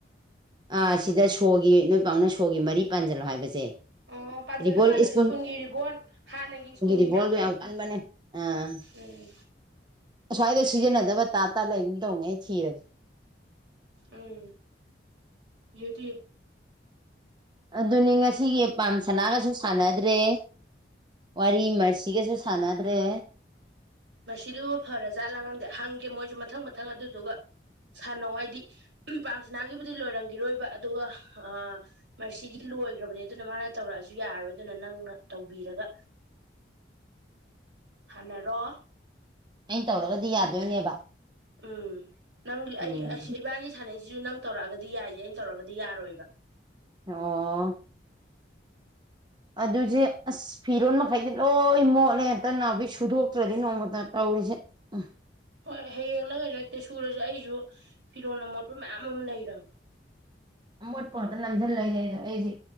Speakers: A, on the right; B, on the right.
A: ꯑꯥ ꯁꯤꯗ ꯁꯣꯒꯤ ꯅꯣꯏ ꯄꯥꯎꯡꯅ ꯁꯣꯒꯤ ꯃꯔꯤ ꯄꯥꯟꯁꯤꯜꯂꯣ ꯍꯥꯏꯕꯁꯦ
B: ꯑꯣ ꯄꯥꯖꯔꯣ
A: ꯔꯤꯕꯣꯜ
B: ꯄꯥꯖꯔꯣ
A: ꯁ꯭ꯀꯨꯜ
B: ꯁ꯭ꯀꯨꯜꯒꯤ ꯔꯤꯕꯣꯟ ꯍꯥꯟꯅꯒꯤ ꯁ꯭ꯀꯨꯜꯒꯤ
A: ꯔꯤꯕꯣꯜꯗꯣ
B: ꯃꯌꯥꯝ ꯂꯩꯕꯅꯤ
A: ꯌꯥꯝ ꯀꯟꯕꯅꯦ ꯑꯥ
B: ꯎꯝ
A: ꯑꯁ꯭ꯋꯥꯏꯗ ꯁꯤꯖꯤꯟꯅꯗꯕ ꯇꯥ ꯇꯥ ꯂꯩꯒꯨꯝ ꯇꯧꯕꯅꯦ ꯑꯩ ꯊꯤꯔꯒꯦ
B: ꯎꯝ ꯌꯨꯗꯤ
A: ꯑꯗꯨꯅꯤ ꯉꯁꯤꯒꯤꯄꯥꯥꯝ ꯁꯅꯥꯒꯁꯨ ꯁꯥꯟꯅꯗ꯭ꯔꯦ ꯋꯥꯔꯤ ꯃꯔꯁꯤꯒꯁꯨ ꯁꯥꯟꯅꯗ꯭ꯔꯦ
B: ꯃꯔꯁꯤꯗꯨꯕꯨ ꯐꯔ ꯖꯥꯠꯂꯥ ꯈꯪꯗꯦ ꯍꯪꯒꯦ ꯃꯣꯏꯁꯨ ꯃꯊꯪ ꯃꯊꯪ ꯑꯗꯨꯗꯨꯒ ꯁꯥꯟꯅꯧ ꯍꯥꯏꯗꯤ ꯄꯥꯟꯁꯅꯥꯒꯤꯕꯨꯗꯤ ꯂꯣꯏꯔꯝꯈꯤꯔꯣꯏꯕ ꯑꯗꯨꯒ ꯑ ꯃꯔꯁꯤꯒꯤꯗꯤ ꯂꯣꯏꯈ꯭ꯔꯕꯅꯦ ꯑꯗꯨꯅ ꯃꯥꯅ ꯇꯧꯔꯛꯑꯖꯨ ꯌꯥꯔꯔꯣꯏꯗꯅ ꯑꯗꯨꯅ ꯅꯪꯅ ꯇꯧꯕꯤꯔꯒ ꯁꯥꯅꯔꯣ
A: ꯑꯩꯟ ꯇꯧꯔꯒꯗꯤ ꯌꯥꯗꯣꯏꯅꯦꯕ
B: ꯎꯝ ꯅꯪꯒꯤ
A: ꯎꯝ
B: ꯑꯩ ꯑꯁꯤ ꯏꯕꯥꯅꯤ ꯁꯥꯟꯅꯩꯁꯤ ꯁꯤꯁꯨ ꯅꯪ ꯇꯧꯔꯛꯑꯒꯗꯤ ꯌꯥꯏꯌꯦ ꯑꯩꯅ ꯇꯧꯔꯒꯗꯤ ꯌꯥꯔꯣꯏꯕ
A: ꯑꯣ ꯑꯗꯨꯖꯦ ꯑꯁ ꯐꯤꯔꯣꯜ ꯃꯈꯩꯗꯤ ꯂꯣꯏ ꯃꯣꯠꯂꯦ ꯍꯦꯛꯇ ꯅꯥꯎꯕꯤ ꯁꯨꯗꯣꯛꯇ꯭ꯔꯗꯤ ꯅꯣꯡꯃꯇ ꯇꯧ ꯄꯨꯡꯁꯦ ꯑ
B: ꯍꯣꯏ ꯍꯌꯦꯡꯂ ꯀꯩꯅꯣ ꯍꯦꯛꯇ ꯁꯨꯔꯖꯦ ꯑꯩꯁꯨ ꯐꯤꯔꯣꯜ ꯑꯃꯣꯠꯄ ꯃꯌꯥꯝ ꯑꯃ ꯂꯩꯔꯝ
A: ꯑꯃꯣꯠꯄ ꯉꯥꯛꯇ ꯅꯝꯖꯜ ꯂꯩꯔꯦꯅꯦ ꯑꯩꯗꯤ